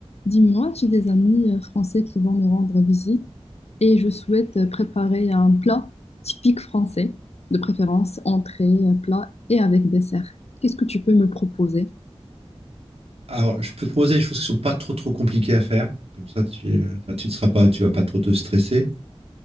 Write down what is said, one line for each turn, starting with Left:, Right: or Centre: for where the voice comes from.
Left: Dis-moi, j'ai des amis euh, français qui vont me rendre visite et je souhaite euh, préparer un plat typique français, de préférence entrée, euh, plat et avec dessert. Qu'est-ce que tu peux me proposer?
Right: Alors, je peux te proposer des choses qui sont pas trop trop compliquées à faire. Comme ça, tu, euh, bah, tu ne seras pas, tu vas pas trop te stresser.